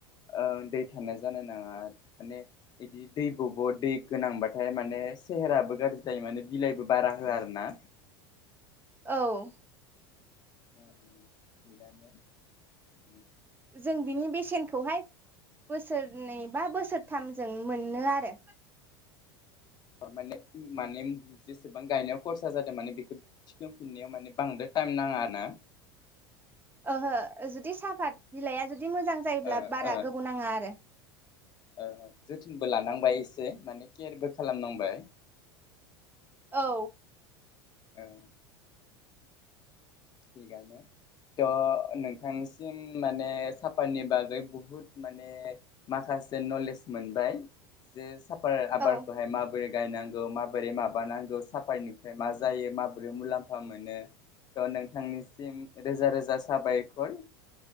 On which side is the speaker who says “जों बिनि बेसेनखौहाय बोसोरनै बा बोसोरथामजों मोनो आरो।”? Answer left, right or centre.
Right